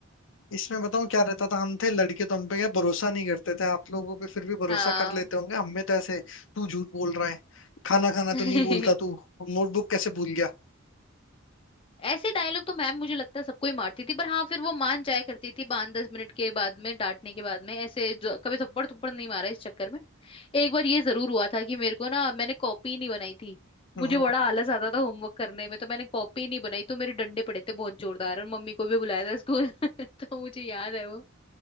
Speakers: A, on the left; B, on the left.
A: इसमें बताऊं क्या रहता था हम थे लड़के तो हम पे क्या भरोसा नहीं करते थे आप लोगों पे फिर भी भरोसा
B: हाँ
A: कर लेते होंगे हम में तो ऐसे तू झूठ बोल रहा है खाना खाना
B: <laughs>
A: तो नहीं बोलता तू नोटबुक कैसे भूल गया
B: ऐसे डायलॉग तो मैम मुझे लगता है सबको ही मारती थी पर हाँ फिर वो मान जाया करती थी पाँच दस मिनट के बाद में डांटने के बाद में ऐसे जो कभी थप्पड़ थप्पड़ नहीं मारा इस चक्कर में एक बार ये जरूर हुआ था कि मेरे को ना मैंने कॉपी नहीं बनाई थी
A: <laughs>
B: मुझे
A: हम्म,
B: बड़ा आलस आता था होमवर्क करने में तो मैंने कॉपी नहीं बनाई तो मेरे डंडे पड़े थे बहुत जोरदार और मम्मी को भी बुलाया था स्कूल <laughs> तो मुझे याद है वो